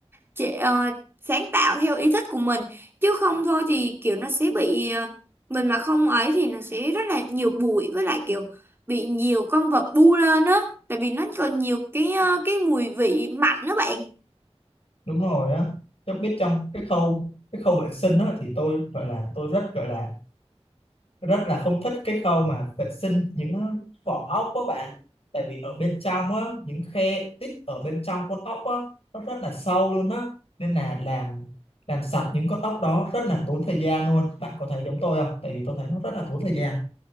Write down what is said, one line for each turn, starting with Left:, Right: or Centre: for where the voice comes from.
Right: chị, ờ, sáng tạo theo ý thích của mình chứ không thôi thì kiểu nó sẽ bị ờ, mình mà không ấy thì nó sẽ rất là nhiều bụi với lại kiểu bị nhiều con vật bu lên á tại vì nó còn nhiều cái ờ, cái mùi vị mạnh đó bạn
Left: đúng rồi á tôi biết trong cái khâu cái khâu vệ sinh đó thì tôi gọi là tôi rất gọi là rất là không thích cái khâu mà vệ sinh những vỏ ốc của bạn tại vì ở bên trong á những khe tích ở bên trong con ốc á nó rất là sâu luôn á nên là làm làm sạch những con ốc đó rất là tốn thời gian luôn bạn có thấy giống tôi không tại vì tôi thấy nó rất là tốn thời gian